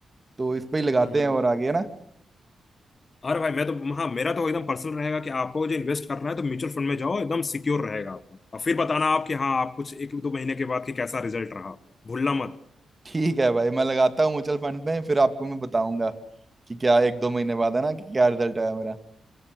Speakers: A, on the right; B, on the left.
A: तो इस पे ही लगाते
B: हम्म।
A: हैं और हम्म। आगे है ना
B: अरे भाई मैं तो हाँ मेरा तो एकदम पर्सनल रहेगा कि आपको जो इन्वेस्ट करना है तो म्यूचुअल फंड में जाओ एकदम सिक्योर रहेगा आपका और फिर बताना आप कि हाँ आप कुछ एक दो महीने के बाद कि कैसा रिजल्ट रहा भूलना मत
A: ठीक है भाई मैं लगाता हूँ म्यूचुअल फंड में फिर आपको मैं बताऊंगा कि क्या एक दो महीने बाद है ना कि क्या रिजल्ट आया मेरा